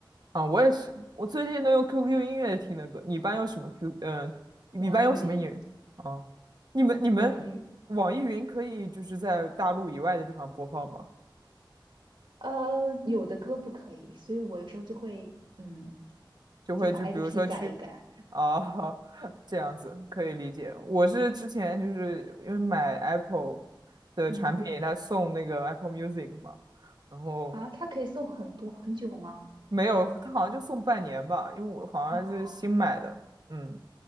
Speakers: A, on the right (about 55°); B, on the right (about 80°).
A: 啊，我也是，我最近都用 QQ 音乐听的歌。你一般用什么 Q？嗯、你一般用什么音乐？
B: 网易云，
A: 啊，你们你们网易云可以就是在大陆以外的地方播放吗？
B: 网易。呃，有的歌不可以，所以我有时候就会，嗯，
A: 就会就比如说去
B: 就把 IP 改一改。
A: 啊 <laughs> 这样子可以理解。我是之前就是因为买 Apple 的产品，
B: 嗯，
A: 它送那个 Apple Music 嘛。然后
B: 啊，它可以送很多很久吗？
A: 没有，他好像就送半年吧，因为我好像是新买的，
B: 哦，
A: 嗯，